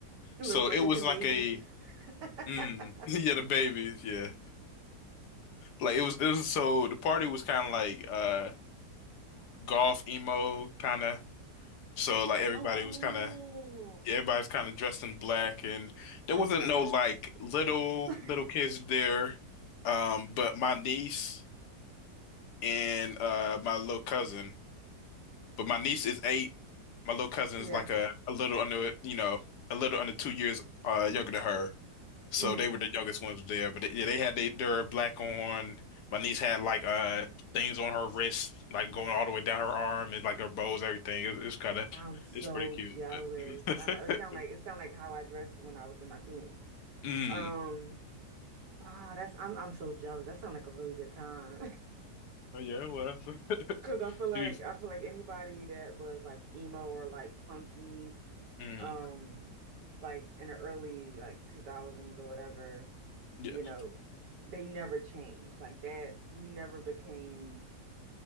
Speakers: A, on the right (about 80°); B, on the left (about 75°).
A: Little
B: So
A: Bridgerton
B: it was like
A: babies.
B: a
A: <laughs> That's
B: mm, <laughs> yeah, the babies, yeah. Like it was it was so the party was kind of like uh golf emo kind of. So like everybody
A: so cool.
B: was kind of everybody's kind of dressed in black, and there
A: I'm
B: wasn't
A: jealous.
B: no like little
A: <laughs>
B: little kids there. Um, but my niece. and uh my little cousin. But my niece is eight. My little cousin
A: Yeah.
B: is like a, a little under, you know, a little under two years uh younger than her. So
A: hmm
B: they were the youngest ones there. But they, yeah, they had they, their black on. My niece had like uh things on her wrist, like going all the way down her arm and like her bows, everything. It, it's kind of
A: I'm so
B: it's pretty cute.
A: jealous.
B: But
A: I know
B: <laughs>
A: it sound like it sound like how I dressed when I was in my teens.
B: mm.
A: Um, Ah, that's I'm I'm so jealous. That sounds like a really good time.
B: Oh yeah, well, <laughs>
A: <laughs> Cause I feel like
B: she's
A: I feel like anybody that was like emo or like punky,
B: mm,
A: um, like in the early like 2000s or whatever,
B: yes.
A: you know, they never changed. Like that, you never became